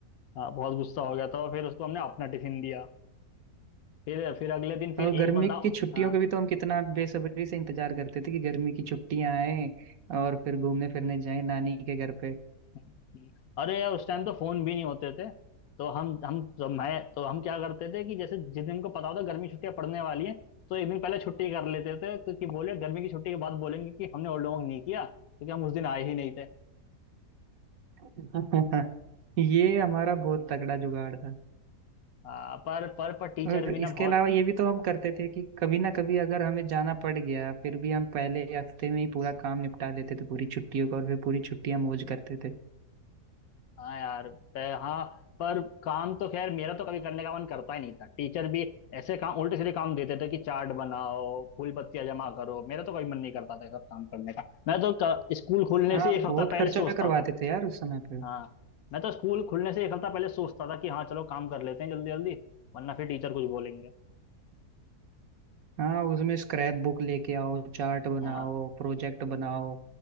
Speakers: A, on the left; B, on the right.
A: हाँ बहुत गुस्सा हो गया था और फिर उसको हमने अपना टिफिन दिया फिर फिर अगले दिन फिर
B: और
A: एक
B: गर्मी
A: बंदा
B: की छुट्टियों
A: हाँ
B: का भी तो हम कितना बेसब्री से इंतजार करते थे कि गर्मी की छुट्टियां आए और फिर घूमने फिरने जाए नानी के घर पे
A: हम्म। अरे यार उस टाइम तो फोन भी नहीं होते थे तो हम हम जब मैं तो हम क्या करते थे कि जैसे जिस दिन हमको पता होता गर्मी छुट्टियां पड़ने वाली हैं तो एक दिन पहले छुट्टी कर लेते थे तो कि बोले गर्मी की छुट्टी के बाद बोलेंगे कि हमने ओल्ड होमवर्क नहीं किया क्योंकि हम उस दिन आए ही नहीं थे है
B: <laughs> ये हमारा बहुत
A: ना?
B: तगड़ा जुगाड़
A: हाँ पर पर पर टीचर
B: और
A: भी ना
B: इसके
A: बहुत
B: अलावा ये भी तो हम करते थे कि कभी ना कभी अगर हमें जाना पड़ गया फिर भी हम पहले हफ्ते में ही पूरा काम निपटा लेते थे पूरी छुट्टियों का और फिर पूरी छुट्टियां मौज करते थे
A: हाँ यार पे- हाँ पर काम तो खैर मेरा तो कभी करने का मन करता ही नहीं था टीचर भी ऐसे काम उल्टे सीधे काम देते थे कि चार्ट बनाओ फूल पत्तियां जमा करो मेरा तो कभी मन नहीं करता था ये सब काम करने का मैं तो क- स्कूल खुलने
B: हाँ
A: से एक
B: बहुत
A: हफ्ता पहले
B: खर्चा
A: सोचता
B: करवाते
A: था
B: थे यार उस समय पे
A: हाँ मैं तो स्कूल खुलने से एक हफ्ता पहले सोचता था कि हाँ चलो काम कर लेते हैं जल्दी जल्दी वरना फिर टीचर कुछ बोलेंगे
B: हाँ उसमें स्क्रैप बुक लेके आओ चार्ट बनाओ
A: हाँ
B: प्रोजेक्ट बनाओ